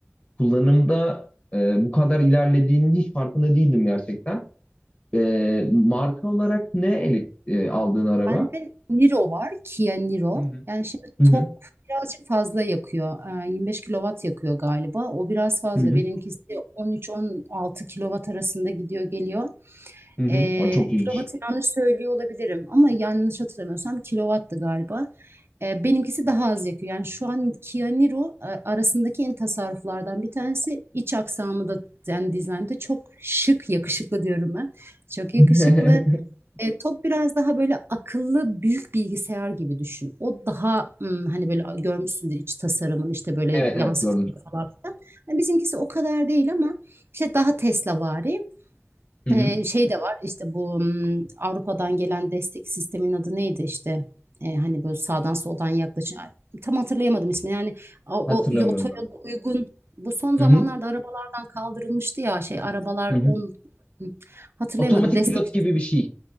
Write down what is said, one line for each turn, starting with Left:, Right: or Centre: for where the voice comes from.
Left: kullanımda e, bu kadar ilerlediğinin hiç farkında değildim gerçekten. Ee, marka olarak ne ele, e, aldığın araba?
Right: Bende Niro var. Kia Niro.
Left: Hı hı.
Right: Yani şimdi
Left: Hı
Right: tok
Left: hı
Right: birazcık fazla yakıyor. Ee, 25 kilowatt yakıyor galiba. O biraz fazla.
Left: hı hı.
Right: Benimkisi 13-16 kilowatt arasında gidiyor geliyor.
Left: hı hı.
Right: E,
Left: Aa, çok iyiymiş.
Right: kilovatı yanlış söylüyor olabilirim ama yanlış hatırlamıyorsam kilovattı galiba. E, benimkisi daha az yakıyor. Yani şu an Kia Niro a- arasındaki en tasarruflardan bir tanesi. İç aksamı da yani dizaynda çok şık, yakışıklı diyorum ben. Çok
Left: <laughs>
Right: yakışıklı. E, Top biraz daha böyle akıllı büyük bilgisayar gibi düşün. O daha hmm, hani böyle görmüşsündür iç tasarımın işte böyle
Left: Evet
Right: yansıtıklı
Left: evet gördüm.
Right: falan filan. Yani bizimkisi o kadar değil ama işte daha Tesla'vari.
Left: Hı
Right: Ee,
Left: hı.
Right: şey de var işte bu hmm, Avrupa'dan gelen destek sistemin adı neydi işte Ee, hani böyle sağdan soldan yaklaşan Ay, tam hatırlayamadım ismini yani o,
Left: Hatırlamıyorum
Right: o yo- otoyola
Left: ben. de.
Right: uygun bu son zamanlarda
Left: Hı hı
Right: arabalardan kaldırılmıştı ya şey arabalar
Left: hı hı.
Right: on Hı, hatırlayamadım
Left: Otomatik
Right: destek
Left: pilot gibi bir şey.